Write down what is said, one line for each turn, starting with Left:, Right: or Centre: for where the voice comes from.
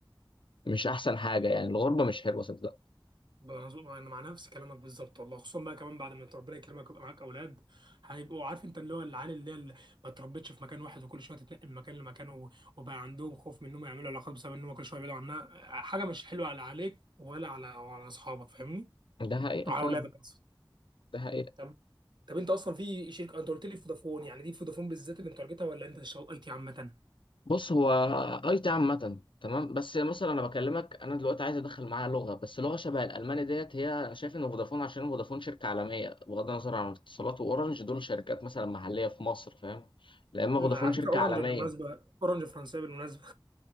Left: مش احسن حاجة يعني الغربة مش حلوة صدق
Right: مظبوط انا مع نفس كلامك بالظبط والله خصوصا بقى كمان بعد ما ربنا يكرمك ويبقى معاك اولاد هيبقوا عارف انت اللي هو العيال اللي هي اللي ما اتربتش في مكان واحد وكل شويه تتنقل من مكان لمكان و- وبقى عندهم خوف من انهم يعملوا علاقات بسبب انهم كل شويه يبعدوا عنها حاجه مش حلوه على عليك ولا على وعلى اصحابك فاهمني؟
Left: ده حقيقة
Right: وعلى
Left: فعلا
Right: اولادك اصلا
Left: ده حقيقة
Right: طب طب انت اصلا في شركه انت قلت لي فودافون يعني دي فودافون بالذات اللي انت تارجتها ولا انت شغلت عامه
Left: بص هو اي تي عامة تمام بس مثلا انا بكلمك انا دلوقتي عايز ادخل معاها لغة بس لغة شبه الالماني ديت هي انا شايف ان فودافون عشان فودافون شركة عالمية بغض النظر عن اتصالات واورنج دول شركات مثلا محلية في مصر فاهم لا اما
Right: على
Left: فودافون شركة
Right: فكره اورنج
Left: عالمية
Right: بالمناسبه اورنج فرنسيه بالمناسبه